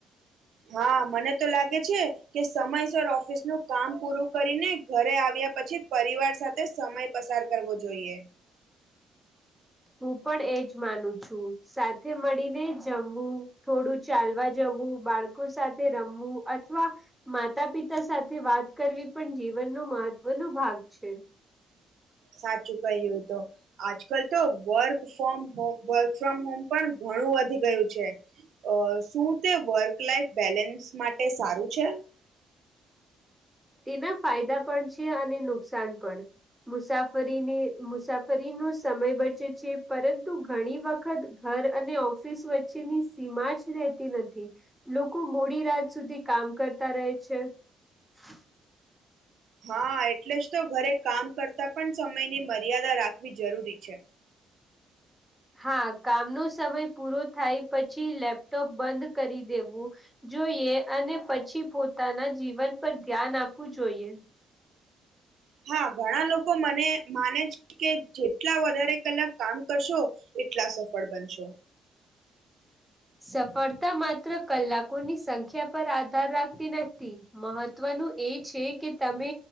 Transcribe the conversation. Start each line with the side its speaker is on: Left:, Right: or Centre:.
Right: હાં મને તો લાગે છે. કે સમયસર ઓફિસનું કામ પૂરું કરીને ઘરે આવ્યા પછી પરિવાર સાથે સમય પસાર કરવો જોઈએ.
Centre: હું પણ એજ માનું છું સાથે મળીને જમવું થોડું ચાલવા જવું બાળકો સાથે રમવું અથવા માતા પિતા સાથે વાત કરવી પણ જીવનનો મહત્વનો ભાગ છે.
Right: સાચું કહયું તો આજકાલ તો work from home work from home પણ ઘણું વધી ગયું છે. અ શું તે વર્ક લાઈફ બેલેન્સ માટે સારું છે?
Centre: તેના ફાયદા પણ છે, અને નુકસાન પણ મુસાફરીની મુસાફરીનુ સમય બચે છે, પરં તુ ઘણી વખત ઘર અને ઓફિસ વચ્ચેની સીમા જ રહેતી નથી લોકો મોડી રાત સુધી કામ કરતા રહે છે. હ <inaudible>
Right: હા એટલે જ તો ઘરે કામ કરતા પણ સમયની મર્યાદા રાખવી જરૂરી છે.
Centre: હા કામનો સમય પૂરો થાય પછી લેપટોપ બંધ કરી દેવું જોઈએ અને પછી પોતાના જીવન પર ધ્યાન આપવું જોઈએ
Right: હા ઘણા લોકો મને માને છે, કે જેટલા વધારે કલાક કામ કરશો એ ટલા સફળ બનશો
Centre: સફળતા માત્ર કલાકોની સંખ્યા પર આધાર રાખતી નથી મહત્વનું એ છે, કે તમે